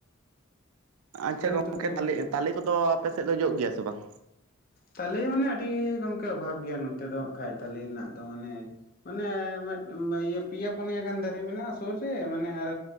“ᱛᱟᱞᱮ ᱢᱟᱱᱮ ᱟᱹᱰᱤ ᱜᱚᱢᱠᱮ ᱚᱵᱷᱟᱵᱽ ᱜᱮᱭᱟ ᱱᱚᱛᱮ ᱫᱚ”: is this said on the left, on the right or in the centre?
Left